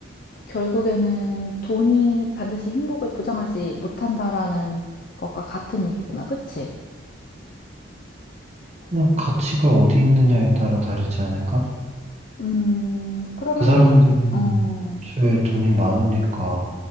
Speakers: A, on the left; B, on the right.
A: 결국에는 돈이 반드시 행복을 보장하지 못한다라는 것과 같은 얘기잖아. 그치?
B: 그냥 가치가 어디 있느냐에 따라 다르지 않을까?
A: 음, 그러면은,
B: 그 사람들은
A: 어,
B: 애초에 돈이 많으니까